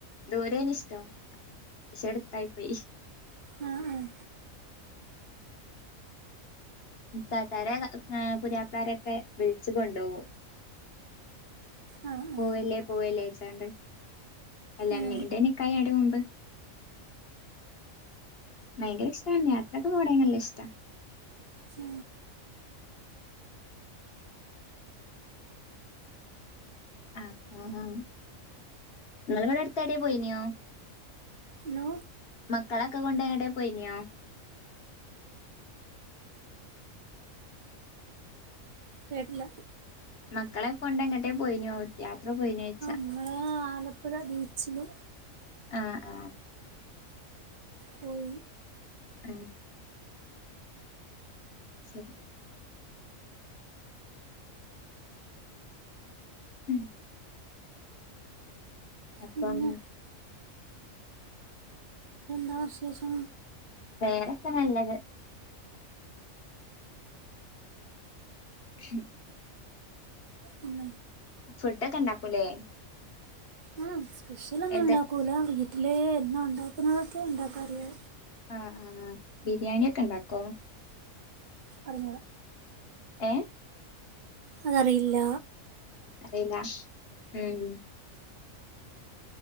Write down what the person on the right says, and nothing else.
ആ ആ
ആ ആ
ആ
ഊ
ലോ,
കേട്ടില,
ങ്ങളാ, ആലപ്പുഴ ബീച്ചില്,
പോയി,
പിന്നെ ന്താ വിശേഷം,
പിന്നെ
ആഹ് സ്പെഷ്യലൊന്നും
ഉണ്ടാക്കൂല്ല വീട്ടില് എന്നു ഉണ്ടാക്കുന്നതൊക്കെ ഉണ്ടാക്കാറൊള്ളു
അർഞ്ഞൂട.
അതറിയില്ല